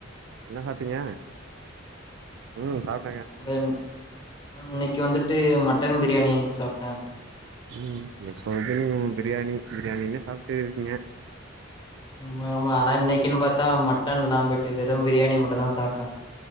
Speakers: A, on the right; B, on the left.
A: என்ன சாப்ட்டீங்க ம் சாப்
B: அ இன்னைக்கு வந்துட்டு மட்டன் பிரியாணி சாப்ட்டே
A: ம் எப்ப வது நீங்க பிரியாணி பிரியாணி என்ன சாப்பிட்டு இருக்கீங்க
B: ஆமா ஆமா ஆனா இன்னைக்குன்னு பாத்தா மட்டன் எல்லா போய்ட்டு வெறு பிரியாணி மட்டு தா சாப்ட்டே